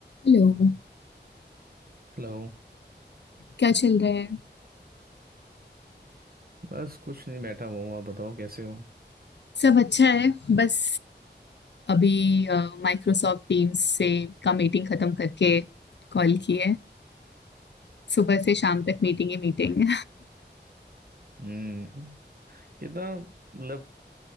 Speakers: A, on the left; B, on the right.
A: हेलो
B: Hello
A: क्या चल रहा है
B: बस कुछ नहीं बैठा हुआ हूँ आप बताओ कैसे हो
A: सब अच्छा है बस अभी माइक्रोसॉफ्ट टीम्स से का मीटिंग खत्म करके कॉल की है सुबह से शाम तक मीटिंग ही मीटिंग
B: हम्म कितना मतलब